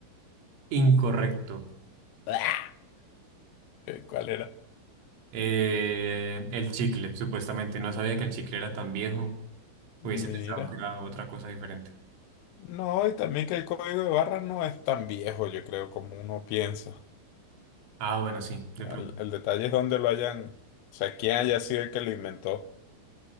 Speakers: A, on the right (about 75°); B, on the left (about 85°).
A: Incorrecto.
B: <laughs> ¿Cuál era?
A: Eh, el chicle, supuestamente. No sabía que el chicle era tan viejo. Hubiese
B: Mira.
A: pensado que era otra cosa diferente.
B: No, y también que el código de barras no es tan viejo, yo creo, como uno piensa.
A: Ah, bueno, sí, de
B: El,
A: pronto.
B: el detalle es dónde lo hayan, o sea, quién haya sido el que lo inventó.